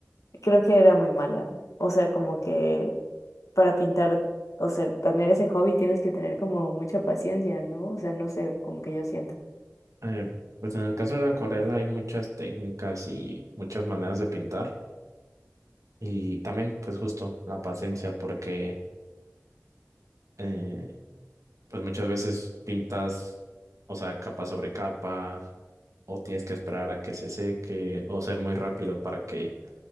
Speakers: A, on the left; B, on the right.
A: creo que era muy mala. O sea, como que para pintar, o sea, tener ese hobby tienes que tener como mucha paciencia, ¿no? O sea, no sé, como que yo siento.
B: Eh, pues en el caso de la acuarela hay muchas técnicas y muchas maneras de pintar y también pues justo la paciencia porque eh, pues muchas veces pintas, o sea, capa sobre capa o tienes que esperar a que se seque o ser muy rápido para que